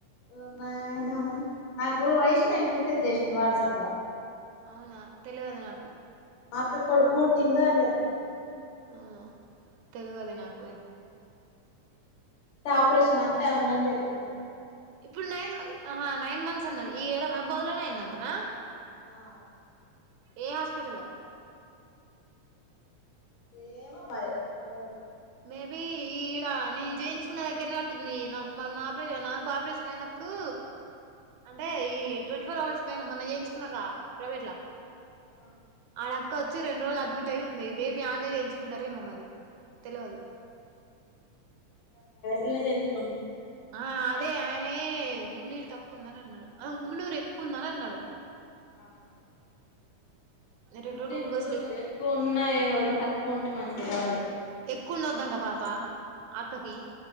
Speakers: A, on the left; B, on the right.
A: ఒర్నాయనా నాకు వైష్ణవి మిసేజ్ జేసింద్ వాట్సాప్ల
B: ఔనా తెలవదు నాకు
A: ఆక్కకు కొడుకు పుట్టిండు అని చెప్తాంది
B: ఆ తెలువది నాకుఎ
A: ఆపరేషనా అంటే ఔనజ్జేప్పింది
B: ఇప్పుడు నైన్ మ అహ నైన్ మంత్స్ అన్నది ఈఏడ మౌబాద్ లోనే అయిందంటనా
A: ఆ
B: ఏ హాస్పిటలో
A: ఏమో మరి తెలువదు
B: మేబీ ఈడ నీన్ జేయించుకునే దగ్గర్నే అటుంది నాకు మొన్న ఆపరేషన్ నాకు ఆపరేషన్ అయినప్పుడు అంటే ఈ ట్వంటీ ఫోర్ అవర్స్ పైన్ మొన్న జేయించుకున్నాగా ప్రైవేట్లా
A: అ
B: వాళ్ళ అక్చొచ్చి రెండ్రోజులు అడ్మిటయి ఉంది మేబీ అన్నే జేయించుకున్నారేమో మరి తెలవదు
A: ఇన్నే జేయించుకోం
B: ఆ అదే ఆయనే ఉమ్మినీరు తక్కువుందని అన్నాడు ఆ ఉమ్మునూరు ఎక్కువుందని అన్నడు
A: ఆహా ఉమ్మునీరు
B: రెండు రోజులు గ్లూకోస్లు
A: ఎక్కువ ఉన్నా ఏంకాదు గానీ తక్కువుంటే మంచిది గాదు
B: ఎక్కువుండొద్దంట పాప అక్కకి
A: ఆ